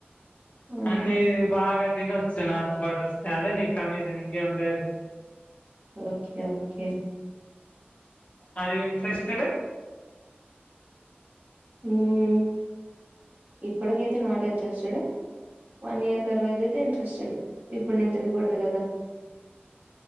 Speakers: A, on the right; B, on the left.
A: ఆహా!
B: అన్ని బాగాత్ తినవచ్చు నాతో పాటు వస్తే అదే నీ కమిషన్ ఇంకేమ్ లేదు
A: okay okay
B: are you interested
A: హ్మ్ ఇప్పటికైతే నాట్ ఇంట్రెస్టెడ్ వన్ ఇయర్ తర్వాత అయితే ఇంట్రెస్టెడ్ ఇప్పుడు నేను తినకూడదు అంతే గదా